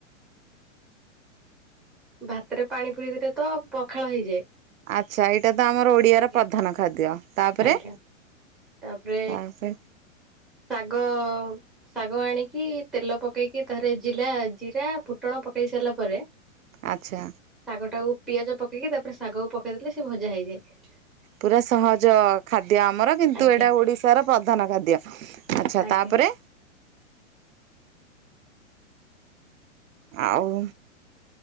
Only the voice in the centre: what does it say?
ଭାତରେ ପାଣି ପୁରଇଦେଲେତ ପଖାଳ ହେଇଯାଏ।
ଆଜ୍ଞା।
ଆଜ୍ଞା ତାପରେ
ଶାଗ ଶାଗ ଆଣିକି ତେଲ ପକେଇକି ଥରେ ଜିଲା ଜିରା ଫୁ ଫୁଟଣ ପକାଇ ସାରିଲା ପରେ
ଶାଗଟାକୁ ପିଆଜ ପକେଇକି ତାପରେ ଶାଗକୁ ପକେଇଦେଲେ ସେ ଭଜା ହେଇଯାଏ।
ଆଜ୍ଞା
ଆଜ୍ଞା